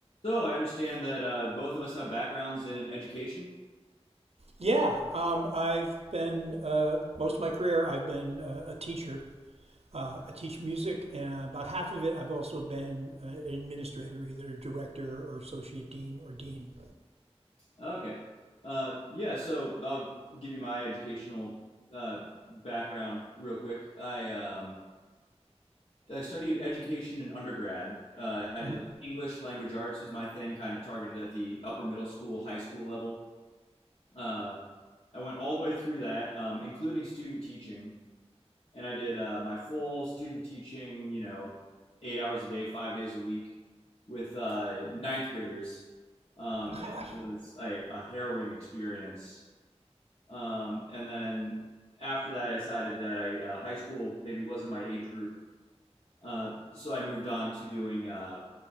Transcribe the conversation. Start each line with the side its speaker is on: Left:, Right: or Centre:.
Left: So I understand that uh, both of us have backgrounds in education.
Right: Yeah, um, I've been uh, most of my career. I've been uh, a teacher. Uh, I teach music, and about half of it, I've also been uh, an administrator, either director or associate dean or dean.
Left: Okay. Uh, yeah, so I'll give you my educational uh, background real quick. I um, I studied education in undergrad. Uh, I did
Right: hmm
Left: like English language arts was my thing, kind of targeted at the upper middle school, high school level. Uh, I went all the way through that, um, including student teaching. and I did uh, my full student teaching, you know, eight hours a day, five days a week with uh, ninth graders. Um,
Right: God,
Left: and it was a, a harrowing experience. Um, and then after that, I decided that I uh, high school maybe wasn't my age group. Uh, so I moved on to doing, uh,